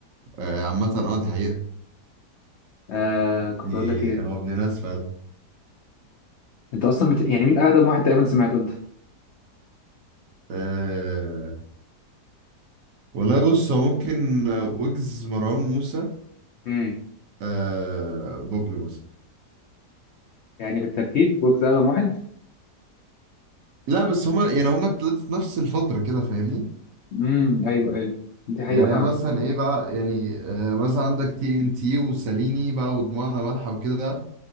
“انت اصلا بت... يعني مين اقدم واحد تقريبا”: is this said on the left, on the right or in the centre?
Left